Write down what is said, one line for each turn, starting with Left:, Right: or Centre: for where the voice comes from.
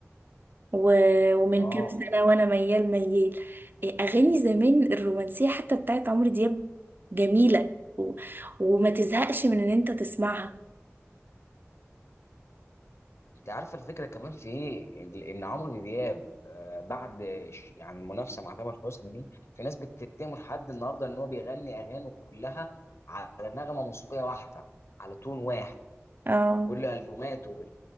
Right: و- ومن
Left: اه
Right: كام سنة وأنا ميال ميال إيه، أغاني زمان الرومانسية حتى بتاعت عمرو دياب جميلة و... وما تزهقش من إن أنت تسمعها
Left: انت عارف الفكره كمان في ايه ان إن عمرو دياب آه، بعد ش- يعني المنافسه مع تامر حسني دي في ناس بتتهمه لحد النهارده ان هو بيغني اغانيه كلها على نغمه موسيقيه واحده على تون واحد
Right: اه
Left: كل البوماته